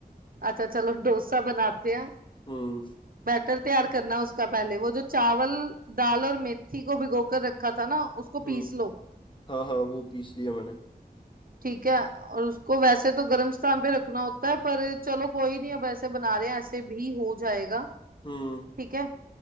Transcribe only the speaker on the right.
अच्छा चलो डोसा बनाते हैं
बैटर तैयार करना है उसका पहले वो जो चावल दाल और मेथी को भिगो कर रखा था ना उसको
पीस लो
ठीक है और उसको वैसे तो गर्म स्थान पे रखना होता है पर चलो कोई नहीं अब ऐसे बना रहे हैं ऐसे भी हो जाएगा
ठीक है